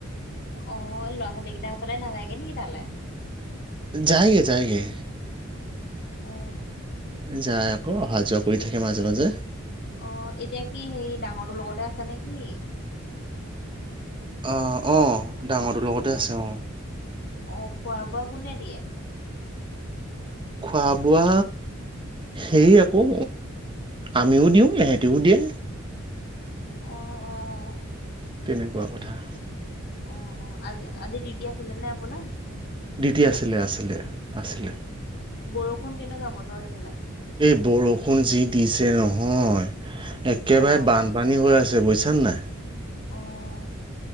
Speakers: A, on the left; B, on the right.
A: আহ ল'ৰা ছোৱালী কেইটা। আপোনি নাজাই নেকি তালে।
B: যায়গে যায়গে।
A: অ
B: যায় আকৌ অহা যোৱা কৰি থাকে মাজে মাজে।
A: অ এতিয়া কি সেই ডাঙৰটোৰ লগতে আছে নেকি?
B: আহ আহ ডাঙৰটোৰ লগতে আছে অ।
A: অ খোৱা বোৱা কোনে দিয়ে।
B: খোৱা বোৱা সে আকৌ আমিও দিওঁ ইহেঁতিও দিয়ে?
A: অ', অ'।
B: তেনেকুৱা কথা।
A: অ', অ আজি আজি ডিউটি আছিলে নে আপোনা।
B: ডিটি আছিলে আছিলে আছিলে?
A: বৰষুণ কেনেকুৱা বতৰ সেই ফালে।
B: এই বৰষুণ যি দিছে নহয়। একেবাৰে
A: অ',
B: বানপানী হৈ আছে? বুজছা নাই।
A: অঁ